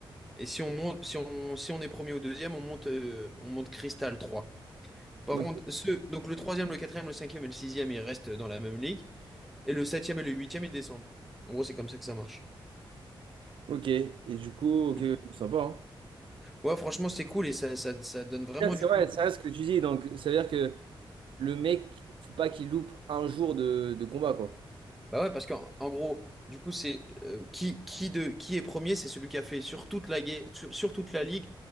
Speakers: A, in the centre; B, on the right.
A: Et si on monte, si on, si on est premier ou deuxième, on monte, euh, on monte Crystal 3. Par
B: Ok.
A: contre, ceux, donc le troisième, le quatrième, le cinquième et le sixième, ils restent dans la même ligue. Et le septième et le huitième, ils descendent. En gros, c'est comme ça que ça marche.
B: Ok. Et du coup, ok,
A: Mm.
B: sympa, hein.
A: Ouais, franchement, c'est cool et ça, ça, ça donne vraiment
B: C'est
A: du
B: c'est vrai,
A: piment.
B: ça reste ce que tu dis. Donc, ça veut dire que le mec, faut pas qu'il loupe un jour de, de combat, quoi.
A: Bah ouais, parce qu'en en gros, du coup, c'est euh, qui, qui, de, qui est premier, c'est celui qui a fait sur toute la, guerre- sur, sur toute la ligue